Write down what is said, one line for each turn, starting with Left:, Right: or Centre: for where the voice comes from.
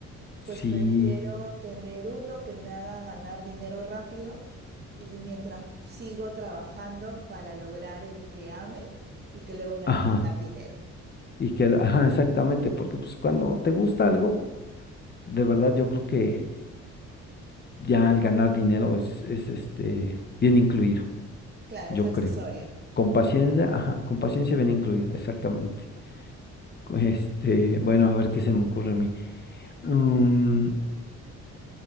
Right: pues
Left: Sí,
Right: prefiero tener uno que me haga ganar dinero rápido y mientras sigo trabajando para lograr el que ame y que luego me haga
Left: ajá.
Right: ganar dinero.
Left: Y que, lo- ajá, exactamente, porque pues cuando te gusta algo De verdad, yo creo que ya al ganar dinero es, es este bien incluido,
Right: Claro,
Left: yo
Right: es accesorio.
Left: creo. Con paciencia, ajá, con paciencia bien incluido, exactamente. <laughs> Co- Este, bueno, a ver qué se me ocurre a mí. Mm,